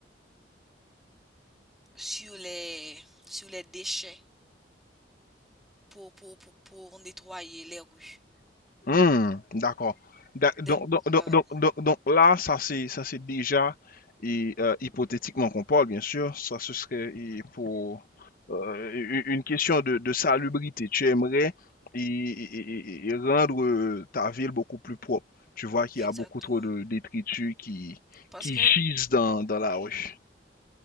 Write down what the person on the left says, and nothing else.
Hmm, d'accord. D'ac-
Donc, donc, donc,
donc, donc- donc là, ça c'est ça c'est déjà et, euh, hypothétiquement qu'on parle, bien sûr. Ça ce serait et pour euh, u- une question de, de salubrité. Tu aimerais et, et- et- et rendre euh, ta ville beaucoup plus propre. Tu vois qu'il
y a beaucoup trop de détritus qui,
qui
gisent dans, dans la rue.